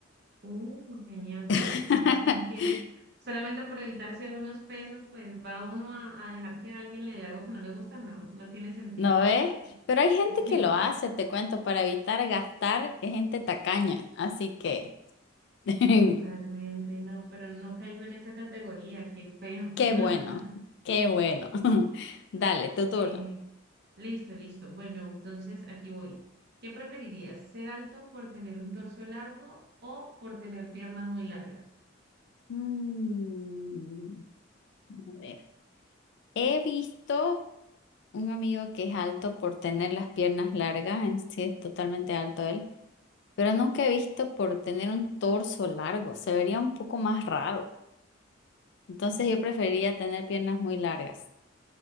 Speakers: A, on the right; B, on the left.
A: Uh, genial. Bueno,
B: <laughs>
A: es que quién quiere, solamente por evitarse unos pesos, pues va uno a, a dejar que alguien le dé algo que no le gusta. No, no tiene sentido.
B: ¿No ves? Pero hay gente
A: <laughs>
B: que lo hace, te cuento, para evitar gastar, que gente tacaña. Así que, <laughs>
A: Totalmente, no, pero no caigo en esa categoría. Qué feo.
B: qué
A: <laughs>
B: bueno, qué bueno. <laughs> Dale, tu turno.
A: Eh, listo, listo. Bueno, entonces aquí voy. ¿Qué preferirías? ¿Ser alto por tener un torso largo o por tener piernas muy largas?
B: Mm, a ver, he visto un amigo que es alto por tener las piernas largas, en sí es totalmente alto él. pero nunca he visto por tener un torso largo, se vería un poco más raro. Entonces
A: <laughs> Sí.
B: yo preferiría tener piernas muy largas.